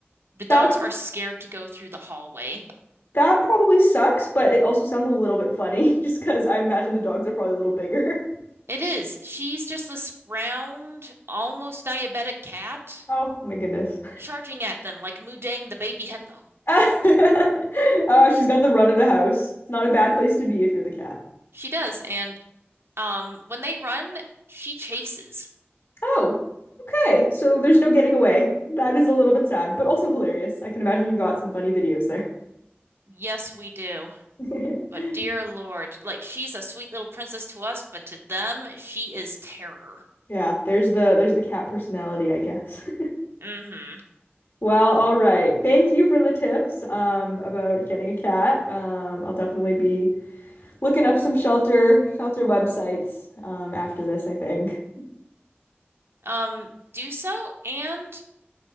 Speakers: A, on the right (about 70°); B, on the left (about 70°).
A: The dogs
B: That's
A: are scared to go through the hallway.
B: that probably sucks, but it also sounds a little bit funny <laughs> just because I imagine the dogs are probably a little bigger. <laughs>
A: It is. She's just this round, almost diabetic cat
B: Oh my goodness.
A: charging at them like Mudang the baby hippo.
B: <laughs> Oh, she's got the run of the house. It's not a bad place to be if you're the cat.
A: She does, and um, when they run, she chases.
B: Oh, okay. So there's no getting away. That is a little bit sad, but also hilarious. I can imagine you got some funny videos there.
A: Yes, we do.
B: <laughs>
A: But dear Lord, like she's a sweet little princess to us, but to them, she is terror.
B: Yeah, there's the there's the cat personality, I guess. <laughs>
A: Mm-hmm.
B: Well, all right. Thank you for the tips um about getting a cat. Um, I'll definitely be looking up some shelter shelter websites um after this, I think.
A: Um, do so and